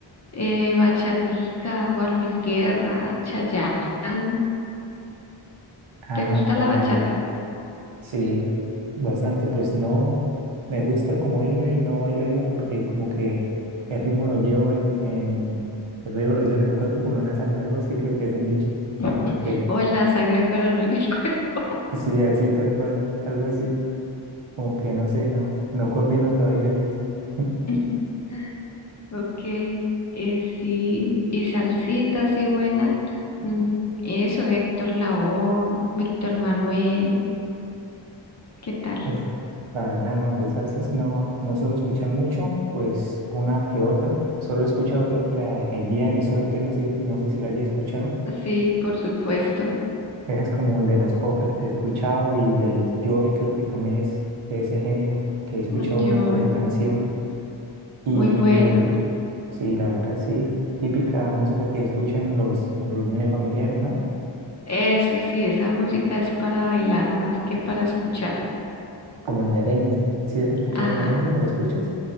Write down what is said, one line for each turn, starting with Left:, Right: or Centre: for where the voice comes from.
Left: eh, Bachatica, Juan Luis Guerra, Chayanne.
Right: Ah,
Left: ¿Te gusta
Right: Juan
Left: la bachata?
Right: de, sí, bastante, pues no, me gusta como oírla y no bailarla porque como que el ritmo lo llevo en, en el ritmo lo llevo en el cuerpo por una sangre, algo así creo que es el dicho,
Left: <laughs>
Right: como que
Left: O en la sangre, pero no en el cuerpo.
Right: sí, así tal cual, algo así, como que no sé, no, no coordino todavía bien. <laughs>
Left: <laughs> Ok, eh, sí, y salsita, sí, buena. Mm, Eso, Héctor Lavoe, Víctor Manuel, ¿qué tal?
Right: Uf, la verdad no, de salsa si no, no suelo escuchar mucho, pues una que otra. Solo he escuchado creo que la, El Día de mi Suerte, no sé, no sé si la haya escuchado.
Left: Sí, por supuesto,
Right: Esa es como de las pocas que he escuchado y del Joe creo que también es de ese género, que he escuchado
Left: el
Right: una
Left: Joe,
Right: que otra canción. Y
Left: muy bueno.
Right: de ahí, sí, la verdad sí, típica música que escuchan en los, en reuniones familiares, ¿no?
Left: Eso, sí, esa música es para bailar más que para escuchar.
Right: Como el merengue. ¿Sí has escuchado
Left: Ajá,
Right: merengue o escuchas?